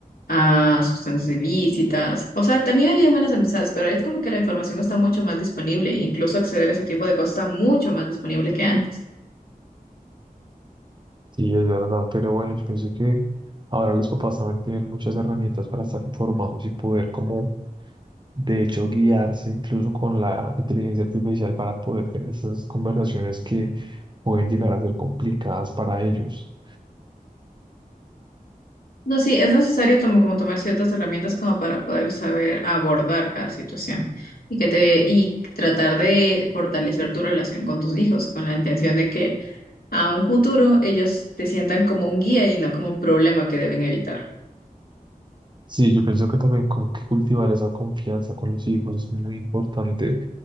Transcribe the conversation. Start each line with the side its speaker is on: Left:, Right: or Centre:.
Left: a sustancias ilícitas. O sea, también había malas amistades, pero es como que la información está mucho más disponible. e Incluso acceder a ese tipo de cosas está mucho más disponible que antes.
Right: Sí, es verdad, pero bueno, yo pienso que ahora los papás también tienen muchas herramientas para estar informados y poder como de hecho, guiarse incluso con la inteligencia artificial para poder tener esas conversaciones que pueden llegar a ser complicadas para ellos.
Left: No, sí, es necesario tomo- como, tomar ciertas herramientas como para poder saber abordar cada situación y que te y tratar de fortalecer tu relación con tus hijos con la intención de que a un futuro ellos te sientan como un guía y no como un problema que deben evitar.
Right: Sí, yo pienso que también con que cultivar esa confianza con los hijos es muy importante